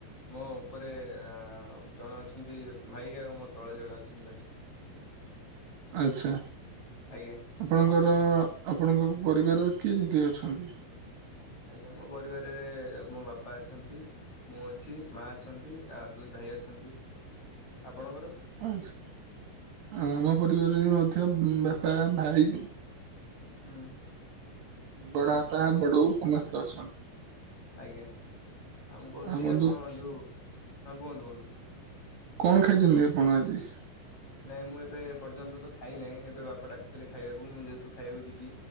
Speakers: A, on the left; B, on the right.
A: ମୋ ଉପରେ ଅ ଜଣେ ଅଛନ୍ତି ଭାଇ ଆଉ ମୋ ତଳେ ଜଣେ ଅଛନ୍ତି ଭାଇ।
B: ଆଚ୍ଛା
A: ଆଜ୍ଞା
B: ଆପଣଙ୍କର ଆପଣଙ୍କ ପରିବାରରେ କିଏ କିଏ ଅଛନ୍ତି?
A: ଆଜ୍ଞା ମୋ ପରିବାରରେ ମୋ ବାପା ଅଛନ୍ତି ମୁଁ ଅଛି ମା ଅଛନ୍ତି ଆ ଦୁଇ ଭାଇ ଅଛନ୍ତି। ଆପଣଙ୍କର?
B: ଆଛା ଆମ ପରିବାରରେ ମଧ୍ୟ ବାପା ଭାଇ
A: ହୁଁ।
B: ବଡ଼ବାପା ବଡ଼ବୋଉ ସମସ୍ତେ ଅଛନ୍ତି।
A: ଆଜ୍ଞା ଆଉ ମୁଁ କହୁଥିଲି
B: ଆଉ ବନ୍ଧୁ
A: ଆପଣ ଯୋଉ ହଁ କୁହନ୍ତୁ କୁହନ୍ତୁ?
B: କଣ ଖାଇଛନ୍ତି ଆପଣ ଆଜି?
A: ନାଇଁ ମୁଁ ଏବେ ଏପର୍ଯ୍ୟନ୍ତ ତ ଖାଇ ନାହିଁ ଏବେ ବାପା ଡାକୁଥିଲେ ଖାଇବାକୁ ମୁଁ ଯେହେତୁ ଖାଇବାକୁ ଯିବି